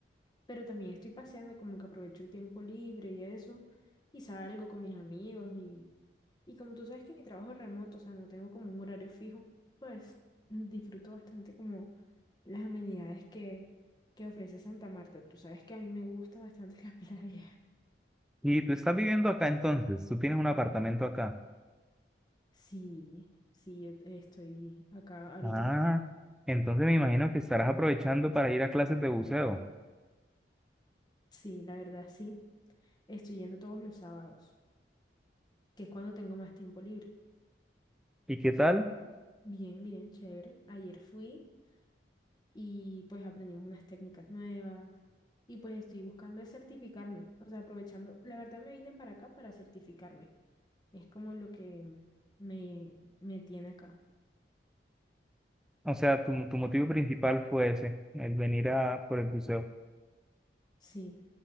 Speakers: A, on the left; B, in the centre.
A: pero también estoy paseando, como que aprovecho el tiempo libre y eso, y salgo con mis amigos y, y como tú sabes que mi trabajo es remoto, o sea, no tengo como un horario fijo, pues disfruto bastante como las amenidades que, que ofrece Santa Marta. Tú sabes que a mí me gusta bastante <laughs> la playa.
B: Y tú estás viviendo acá entonces, tú tienes un apartamento acá.
A: Sí, sí, yo estoy acá ahorita.
B: Ah, entonces me imagino que estarás aprovechando para ir a clases de buceo.
A: Sí, la verdad sí. Estoy yendo todos los sábados, que es cuando tengo más tiempo libre.
B: ¿Y qué tal?
A: Bien, bien, chévere. Ayer fui. y pues aprendimos unas técnicas nuevas y pues estoy buscando es certificarme, o sea, aprovechando, la verdad me vine para acá para certificarme, es como lo que me, me tiene acá.
B: O sea, tu, tu motivo principal fue ese, el venir a por el buceo.
A: Sí,